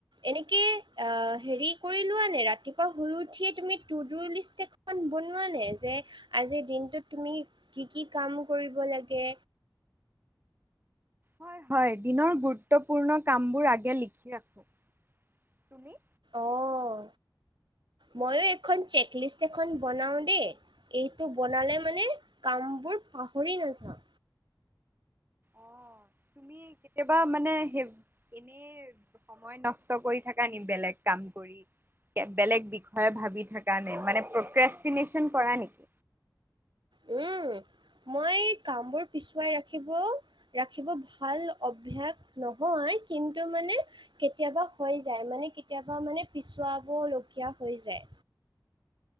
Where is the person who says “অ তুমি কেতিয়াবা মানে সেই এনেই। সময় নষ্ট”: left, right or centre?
Right